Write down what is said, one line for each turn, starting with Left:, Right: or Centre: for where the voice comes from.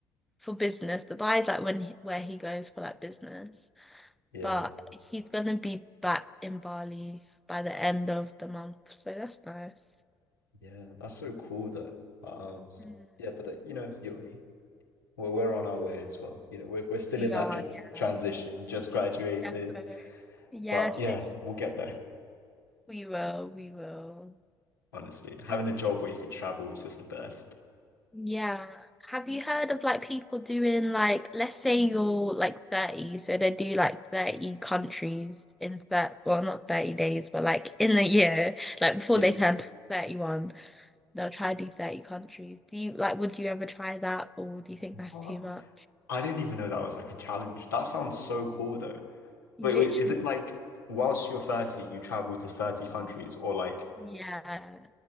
Centre: for business. Dubai is like when he, where he goes for like business.
Left: Yeah,
Centre: but he's gonna be back in Bali by the end of the month, so that's nice.
Left: yeah. That's so cool though. But um,
Centre: Mm.
Left: yeah, but that, you know, you we're we're on our way as well. You know, we're we're still
Centre: We
Left: in that
Centre: are,
Left: tr
Centre: yeah,
Left: transition. We just graduated,
Centre: defo. Yes,
Left: but yeah,
Centre: literally,
Left: we'll get there.
Centre: we will, we will.
Left: Honestly, having
Centre: And-
Left: a job where you could travel is just the best.
Centre: Yeah. Have you heard of like people doing like, let's say you're like 30, so they do like 30 countries in that, well, not 30 days, but like in the year, like before
Left: Yeah.
Centre: they turn 31, they'll try to do 30 countries. Do you like, would you ever try that, or do you think
Left: What?
Centre: that's too much?
Left: I didn't even know that was like a challenge. That sounds so cool though.
Centre: Literally.
Left: Wait, wait, is it like whilst you're 30, you travel to 30 countries or like
Centre: Yeah.